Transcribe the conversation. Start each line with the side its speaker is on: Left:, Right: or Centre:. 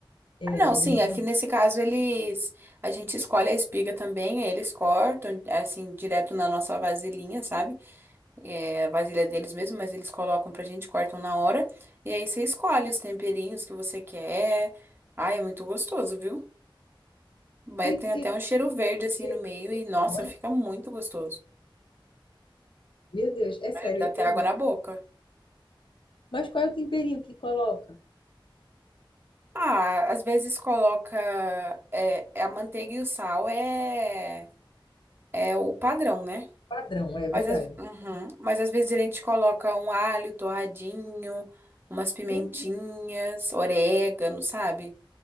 Left: É,
Right: Ah, não,
Left: ele
Right: sim,
Left: é bem quente.
Right: aqui nesse caso eles. A gente escolhe a espiga também, aí eles cortam, assim, direto na nossa vasilhinha, sabe? é, a vasilha deles mesmo, mas eles colocam pra gente, cortam na hora. E aí você escolhe os temperinhos que você quer. Ai, é muito gostoso, viu? Mas
Left: E,
Right: tem até
Left: e,
Right: um cheiro verde assim
Left: e
Right: no meio
Left: você
Right: e,
Left: que
Right: nossa,
Left: escolhe?
Right: fica muito gostoso.
Left: Meu Deus, é sério,
Right: Ai, Dá
Left: eu
Right: até
Left: tô
Right: água
Left: muito.
Right: na boca.
Left: fácil. Mas qual é o temperinho que coloca?
Right: Ah, às vezes coloca é, é a manteiga e o sal é, é o padrão, né?
Left: Padrão, é verdade.
Right: Mas, às- uhum. Mas às vezes a gente coloca um alho torradinho, umas pimentinhas,
Left: Meu Deus,
Right: orégano, sabe?